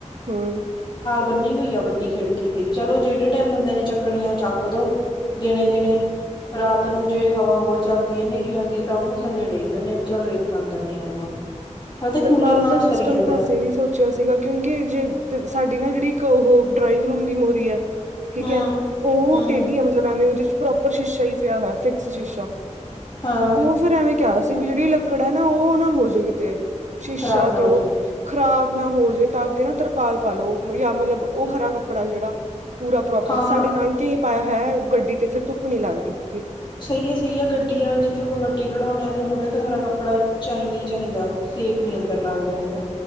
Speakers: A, on the right; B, on the left.
A: ਹੂੰ।
B: ਬੰਨੀ ਹੋਈ ਆ ਵੱਡੀ ਖਿੜਕੀ ਤੇ, ਚਲੋ ਜੇੜੇ ਟੈਮ ਬੰਦੇ ਨੇ ਚੱਕਣੀ ਆ ਚੱਕ ਦੋ ਦਿਣੇ ਦਿਨੇ ਰਾਤ ਨੂੰ ਜੇ ਹਵਾ ਹੁਵਾ ਚੱਲਦੀ ਐ ਨੇਰੀ ਔਂਦੀ ਐ ਤਾਂ ਉਨੂੰ ਥੱਲੇ ਡੇੱਗ ਦਿੰਣੇ ਆ ਵੀ ਚੱਲ ਰੇਤਾ ਅੰਦਰ ਨੀ ਆਊਗਾ। ਹਾਲੇ ਤਾਂ
A: ਤਰਪਾਲ
B: ਕੂਲਰ ਨਾਲ
A: ਦਾ ਸਿਸਟਮ
B: ਸਰੀ ਜਾਂਦਾ
A: ਤਾਂ ਅਸੀਂ ਵੀ ਸੋਚਿਆ ਸੀਗਾ, ਕਿਉਂਕਿ ਜੇ ਸਾਡੀ ਨਾ ਜੇੜੀ ਇੱਕ ਅਹੋ ਡਰਾਇੰਗ ਰੂਮ ਦੀ ਮੋਰੀ ਐ। ਠੀਕ
B: ਹੂੰ
A: ਹੈ ਉਹ
B: ਹੂੰ
A: ਟੇਡੀ ਐ ਮਤਲਬ ਐਵੇਂ ਉਦੇ ਚ ਪ੍ਰੋਪਰ ਸ਼ੀਸ਼ਾ ਹੀ ਪਿਆ ਹੋਯੈ ਫਿਕਸ ਸ਼ੀਸ਼ਾ।
B: ਹਾਂ
A: ਔ ਫਿਰ ਐਵੇਂ ਕਿਆ ਸ ਵੀੜੀ ਲੱਕੜ ਹੈ ਨਾ ਔ ਨਾ ਹੋ ਜੇ ਕਿਤੇ। ਸ਼ੀਸ਼ਾ
B: ਖ਼ਰਾਬ ਨਾ
A: ਤੇ
B: ਹੋ
A: ਔ
B: ਜੇ
A: ਖ਼ਰਾਬ ਨਾ ਹੋਜੇ। ਤਾਂ ਅੱਗੇ ਨਾ ਤਰਪਾਲ ਪਾਲੋ, ਯਾ ਮਤਲਬ ਓਹ ਹਰਾ ਕੱਪੜਾ ਜੇੜਾ ਪੂਰਾ ਪ੍ਰੋਪਰ
B: ਹਾਂ
A: ਸਾਡੇ ਨਾਨਕੇਆਂ ਈ ਪਾਯਾ ਹ ਹੈ ਗੱਡੀ ਤੇ ਫਿਰ ਧੁੱਪ ਨੀ ਲੱਗਦੀ ਹੈਗੀ।
B: ਸਹੀ ਹੈ ਸਹੀ ਹੈ ਗੱਡੀ ਆ ਜਿੱਥੇ ਅਪਾਂ ਗੱਡੀ ਖਡਾਉਂਣੇ ਆਂ ਤੇ ਮੂਹਰੇ ਤੇ ਹਰਾ ਕੱਪੜਾ ਚਾਹੀਦੈ ਚਾਹੀਦਾ, ਸੇਕ ਨੀ ਅੰਦਰ ਲੱਗਦਾ ਹੈਗਾ।